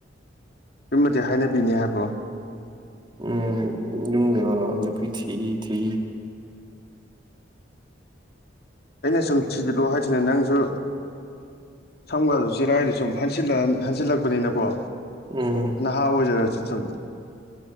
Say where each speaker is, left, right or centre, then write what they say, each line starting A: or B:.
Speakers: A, on the left; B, on the right.
A: ꯑꯗꯨꯃꯤ ꯍꯥꯏꯅꯕꯤꯅꯤ ꯍꯥꯏꯕ꯭ꯔꯣ
B: ꯎꯝ ꯌꯨꯝꯗꯕ ꯅꯨꯄꯤ ꯊꯤ ꯊꯤ
A: ꯑꯩꯅ ꯁꯨꯝ ꯊꯤꯖꯤꯜꯂꯣ ꯍꯥꯏꯁꯤꯅ ꯅꯪꯁꯨꯝ ꯁꯝꯒꯗ ꯆꯔꯥꯏꯗꯨ ꯁꯨꯝ ꯍꯟꯖꯤꯜꯂꯛꯄꯅꯤꯅꯀꯣ
B: ꯎꯝ
A: ꯅ ꯍ ꯑꯣ ꯖꯔꯁꯨ ꯁꯨꯝ